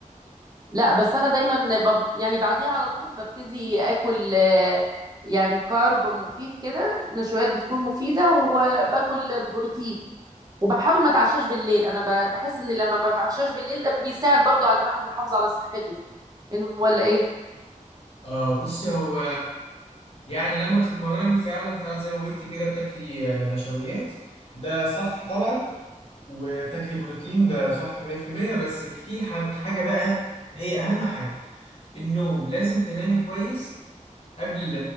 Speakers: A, on the right; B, on the left.
A: لا بس انا دايما بب... يعني بعديها على طول ببتدي اكل آه، يعني كارب مفيد كده نشويات بتكون مفيده وباكل بروتين وبحاول ما اتعشاش بالليل انا ب- بحس ان لما ما بتعشاش بالليل ده بيساعد برضو على ان الواحد يحافظ على صحته إن- ولا ايه
B: آه بصي هو يعني لما تتمرني فعلا فعلا زي ما قلتي كده بتاكلي آه، نشويات ده صح طبعا وبتاكل بروتين ده صح 100% بس في ح- حاجة بقى هي أهم حاجة النوم لازم تنامي كويس قبل